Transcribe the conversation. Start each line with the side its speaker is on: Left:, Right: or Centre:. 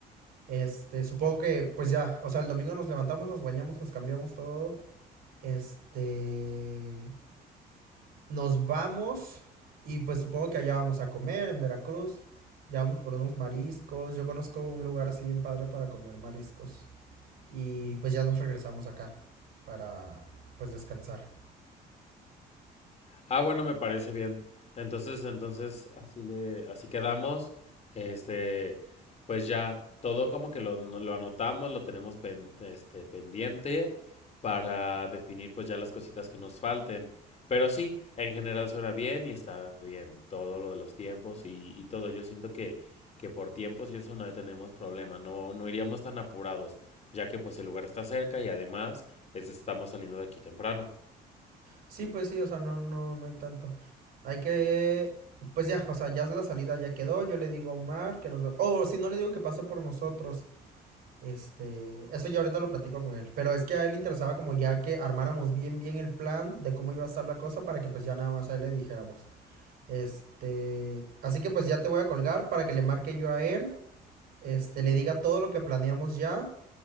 Right: Este, supongo que pues ya, o sea, el domingo nos levantamos, nos bañamos, nos cambiamos todo. Este, nos vamos y pues supongo que allá vamos a comer en Veracruz. Ya vamos por unos mariscos. Yo conozco un lugar así bien padre para comer mariscos. Y pues ya nos regresamos acá para pues descansar.
Left: Ah, bueno, me parece bien. Entonces, entonces, así le, así quedamos. Este, pues ya, todo como que lo, no, lo anotamos, lo tenemos pen- este, pendiente para definir pues ya las cositas que nos falten. Pero sí, en general suena bien y está bien. Todo lo de los tiempos y, y todo. Yo siento que, que por tiempos y eso no tenemos problema. No, no iríamos tan apurados, ya que pues el lugar está cerca y además es- estamos saliendo de aquí temprano.
Right: Sí, pues sí, o sea, no, no, no hay tanto. Hay que, pues ya, o sea, ya la salida ya quedó. Yo le digo a Omar que nos ve. O si no le digo que pase por nosotros. Este, eso ya ahorita lo platico con él. Pero es que a él le interesaba como ya que armáramos bien, bien el plan de cómo iba a estar la cosa para que pues ya nada más a él le dijéramos. Este, así que pues ya te voy a colgar para que le marque yo a él. Este, le diga todo lo que planeamos ya.